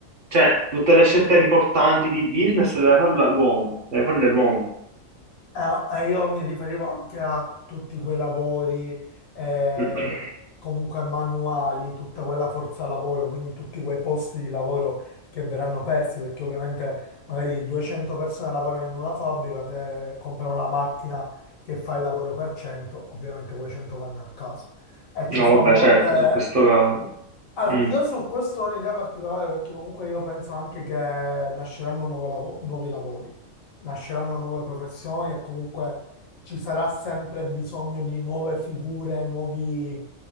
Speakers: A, on the right; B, on the left.
A: Cioè, tutte le scelte importanti di business deve farle l'uomo, deve farle l'uomo.
B: Ah, eh, io mi riferivo anche a tutti quei lavori, eh,
A: <clears throat>
B: comunque manuali, tutta quella forza lavoro, quindi tutti quei posti di lavoro che verranno persi, perché ovviamente magari 200 persone lavorano in una fabbrica, se comprano una macchina che fa il lavoro per 100, ovviamente quei 100 vanno a casa. E ci
A: No,
B: sono
A: vabbè,
B: molte
A: certo, su questo caso.
B: allora,
A: Mm.
B: io su questo ho un'idea particolare perché comunque io penso anche che nasceranno nuove lavo- nuovi lavori, nasceranno nuove professioni e comunque ci sarà sempre bisogno di nuove figure, nuovi,